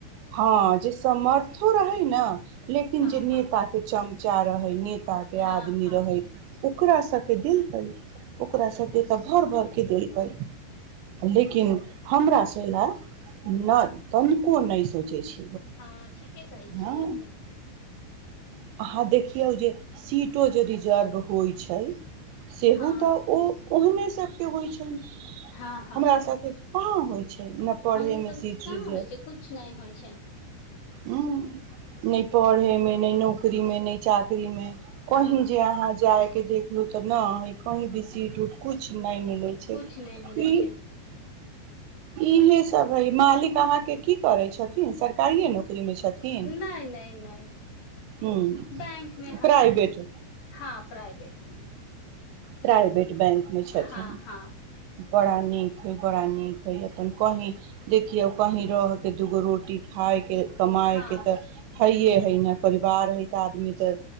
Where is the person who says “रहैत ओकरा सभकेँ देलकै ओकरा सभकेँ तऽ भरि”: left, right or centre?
Right